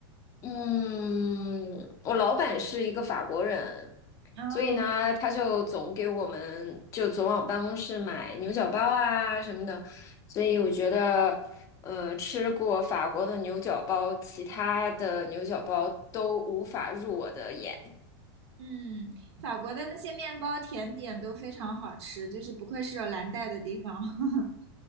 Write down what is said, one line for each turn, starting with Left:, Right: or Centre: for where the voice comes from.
Left: 嗯，我老板是一个法国人，
Right: 哦，
Left: 所以呢，他就总给我们就总往办公室买牛角包啊什么的，所以我觉得，呃，吃过法国的牛角包，其他的牛角包都无法入我的眼。
Right: 嗯，法国的那些面包甜点都非常好吃，就是不愧是有蓝带的地方。<laughs>